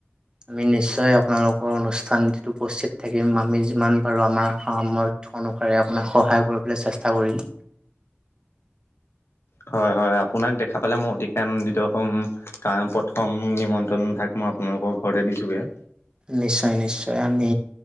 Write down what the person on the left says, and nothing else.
হয়, হয়, আপোনাক দেখা পালে মই অতিকে আনন্দিত হ'ম, কাৰণ প্ৰথম নিমন্ত্ৰণ ভাগ মই আপোনালোকৰ ঘৰতে দিছোগে এয়।